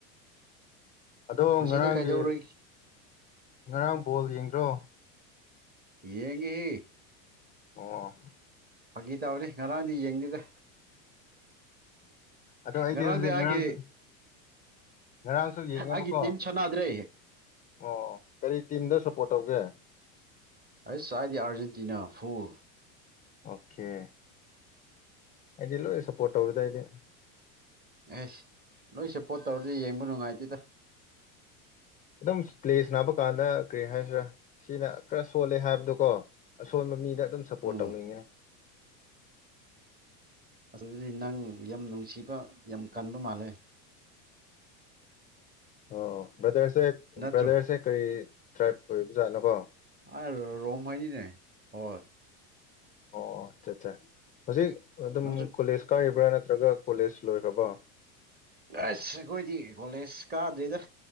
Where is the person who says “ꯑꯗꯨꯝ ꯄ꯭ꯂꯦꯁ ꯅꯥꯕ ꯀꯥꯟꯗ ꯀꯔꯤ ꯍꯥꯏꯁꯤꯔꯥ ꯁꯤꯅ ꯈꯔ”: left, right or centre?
Left